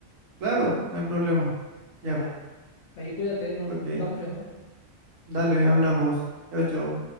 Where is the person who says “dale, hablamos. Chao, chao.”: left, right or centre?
Right